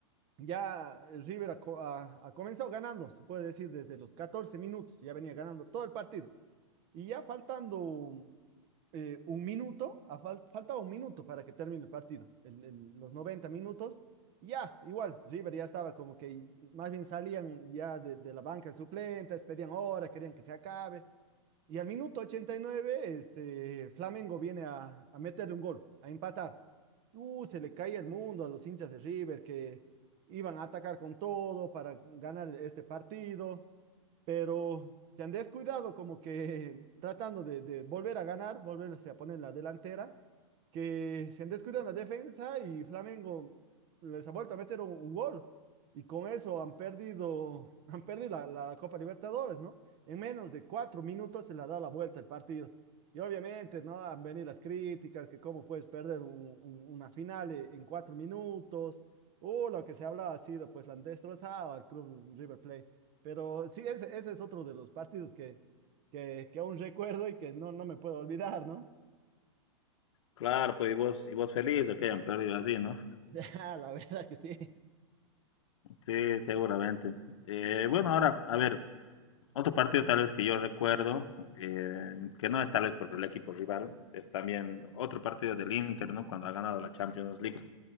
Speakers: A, on the right; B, on the left.
A: ya el River ha, co- ha- ha comenzado ganando, se puede decir desde los 14 minutos, ya venía ganando todo el partido. Y ya faltando eh, un minuto, a fal- faltaba un minuto para que termine el partido, el- el- los 90 minutos. y Ya, igual, River ya estaba como que más bien salían ya de, de la banca de suplentes, pedían hora, querían que se acabe. Y al minuto 89 este, Flamengo viene a, a meterle un gol, a empatar. Uh, se le cae el mundo a los hinchas de River que iban a atacar con todo para ganar este partido pero se han descuidado como que <laughs> tratando de, de volver a ganar, volverse a poner en la delantera, que se han descuidado en la defensa y Flamengo les ha vuelto a meter un, un gol. Y con eso han perdido, <laughs> han perdido la, la Copa Libertadores, ¿no? En menos de cuatro minutos se le ha dado la vuelta el partido. Y obviamente, ¿no? Han venido las críticas, que cómo puedes perder un- un- una final e- en cuatro minutos. Uh, lo que se hablaba ha sido, pues, la han destrozado al club River Plate. Pero sí, ese, ese es otro de los partidos que, que, que aún recuerdo y que no, no me puedo olvidar, ¿no?
B: Claro, pues y vos, y vos feliz de que hayan perdido así, ¿no?
A: <laughs> Ah, La verdad que sí.
B: Sí, seguramente. Eh, bueno, ahora, a ver, otro partido tal vez que yo recuerdo, eh, que no es tal vez por el equipo rival, es también otro partido del Inter, ¿no? Cuando ha ganado la Champions League,